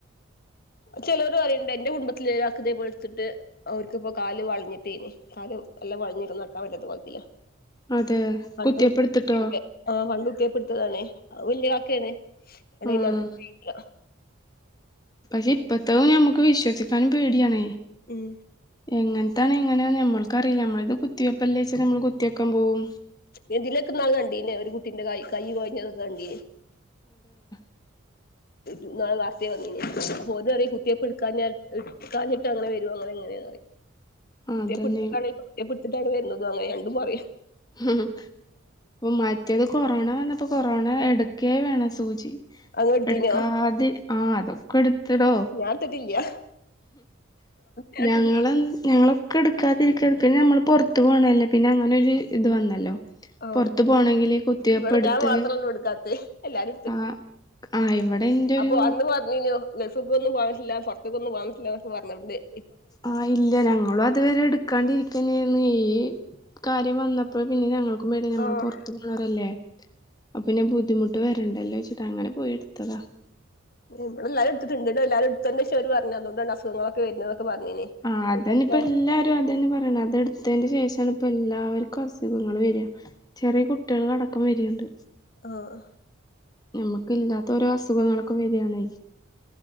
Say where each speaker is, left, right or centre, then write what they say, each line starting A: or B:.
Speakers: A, on the left; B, on the left.
A: ചേലോര് പറയേണ്ട് എന്റെ കുടംബത്തിൽ ഇതാ പോലെ ഓരൾക്ക് ഇടുത്തിട്ട്. അവർക്കിപ്പോൊ കാല് വളഞ്ഞിട്ടേനെ കാല് എല്ലാം വളഞ്ഞിട്ടും നടക്കാൻ പറ്റത്ത കോലത്തില്ലാ.
B: അതെ
A: പണ്ട്
B: കുത്തിവെപ്പ് എടുത്തിട്ടോ
A: കെടുകുന്നുണ്ട്. ആ പണ്ട് കുത്തിയപ്പ് എടുത്താണ് അത് വല്യ കാക്കാണ് അതിനു
B: ആഹ്
A: ഞാൻ നടക്കലില്ല
B: പക്ഷെ ഇപ്പത്തെ ഞമ്മുക്ക് വിശ്വസിക്കാനും പേടിയാണ.
A: ഉം
B: എങ്ങനത്താണ് എങ്ങനെ നമ്മൾക്ക് അറിയില്ല നമ്മള് ഇത് കുത്തി വെപ്പല്ല വെച്ച് നമ്മൾ കുത്തി വെക്കാൻ പോകും.
A: ഇന്തിലക്കന്നാ കണ്ടീനെ ഒരു കുട്ടിയന്റെ കൈ കൈ കെഴഞ്ഞത് കണ്ടീനെ
B: <inaudible>
A: ഇന്നാള് നേരത്തെ വന്നിരുന്നു, ഓള് പറയും കുത്തിയപ്പോൾ ഇടുക്കാഞ്ഞിട്ട് അങ്ങനെ വരും ഇങ്ങനെ കുത്തിയ
B: അതന്നെ
A: എടുത്തിട്ടാണെങ്കിലും കുത്തി യപ്പ് എടുത്തിട്ടാണ് വരുന്നതും, അങ്ങനെ രണ്ടുംപറയും.
B: ഇം മറ്റേത് കൊറോണ വന്നപ്പോ കൊറോണ എടുക്കേ വേണ സൂചി
A: അങ്ങ് എടുത്തീനോ
B: എടുക്കാത ആ അതും. എടുത്തിടോ
A: ഞാൻ എടുത്തിട്ടില്ല ഞാൻ എടുത്തിട്ടില്ല
B: ഞങ്ങള ഞങ്ങൾ ഞങ്ങൾ എടുക്കാതിരിക്ക പിന്നെ പുറത്ത് പോന്നല്ല പിന്നെ അങ്ങരു ഇത് വന്നല്ലോ.
A: ആ
B: പുറത്തു പോണമെങ്കില് കുത്തിവെപ്പ്
A: ഇവിടെ
B: എടുത്ത്
A: ഞാൻ മാത്രൊള്ളൂ എടുക്കാത്തെ എല്ലാരും
B: ആഹ ആ ഇവിടെ എന്റെ ഒരു
A: വന്ന് വന്ന് പറഞ്ഞ്
B: ആ ഇല്ല ഞങ്ങളും അതുവരെ എടുക്ക. കണ്ടിരിക്കുന്നന്ന് നിയ് ഈ കാര്യം വന്നപ്പോൾ പിന്നെ, ഞങ്ങൾക്കും പേടി നമ്മൾ
A: ആഹ്
B: പുറത്ത് ഇങ്ങൾ അവിടെ ഇല്ല, അപ്പ പിന്നെ ബുദ്ധിമുട്ട് വരണ്ടല്ലോ വെച്ചിട്ടാ അങ്ങനെ പോയി എടുത്തതാ.
A: ഇവിടെ എല്ലാരുംഇടുത്തിട്ടുണ്ട്, ഇത് എല്ലാരും? ശരിറഞ്ഞു അതുകൊണ്ട് അസുഖങ്ങളൊക്കെ വരുന്നതൊക്കെ
B: ആ അതന്നെ
A: ഇതൊക്കെ.
B: ഇപ്പ എല്ലാരും അത തന്ന പറണം, അതെ അതിന് ശേഷംഇപ്പൊ എല്ലാവർക്കും അസുഖങ്ങൾ വരാ, ചെറിയ കുട്ടികൾ അടക്കം വരിണ്ട്.
A: ആഹ്
B: നമ്മക്ക് ഇല്ലാത്ത ഓരോ അസുഖങ്ങളൊക്കെ വരിയാണേ